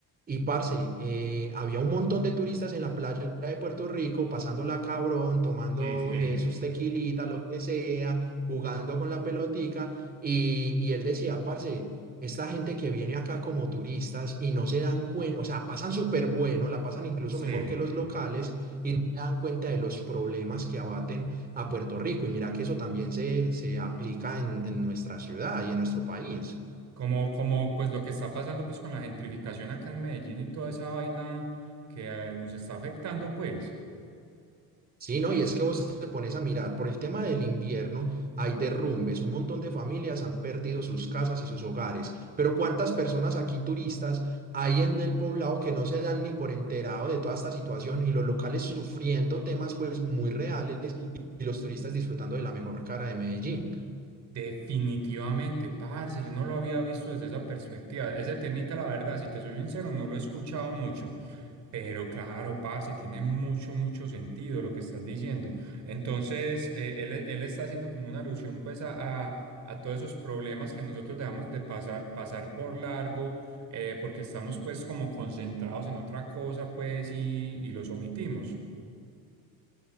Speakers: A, on the right (about 25°); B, on the right (about 50°).
A: y parce, eh, había un montón de turistas en la playa de Puerto Rico, pasándola cabrón, tomando
B: sí, sí,
A: eh, sus tequilitas, lo que sea, jugando con la pelotica. Y, y él decía, parce, esta gente que viene acá como turistas y no se dan cuenta, o sea, pasan súper bueno, la pasan incluso
B: sí.
A: mejor que los locales y no se dan cuenta de los problemas que abaten a Puerto Rico. Y mira que eso también se, se aplica en en nuestra ciudad y en nuestro país.
B: Como, como pues lo que está pasando pues con la gentrificación acá en Medellín y toda esa vaina que eh, nos está afectando, pues.
A: Sí, no, y es que vos te pones a mirar, por el tema del invierno hay derrumbes, un montón de familias han perdido sus casas y sus hogares, pero ¿cuántas personas aquí turistas hay en el poblado que no se dan ni por enterado de toda esta situación y los locales sufriendo temas pues muy reales y y los turistas disfrutando de la mejor cara de Medellín?
B: Definitivamente, parce, yo no lo había visto desde esa perspectiva. Ese temita, la verdad, si te soy sincero, no lo he escuchado mucho. Pero claro, parce, tiene mucho, mucho sentido lo que estás diciendo. Entonces, eh, él, él está haciendo como una alusión pues a, a, a todos esos problemas que nosotros dejamos de pasar, pasar por largo, eh, porque estamos pues como concentrados en otra cosa pues y, y los omitimos.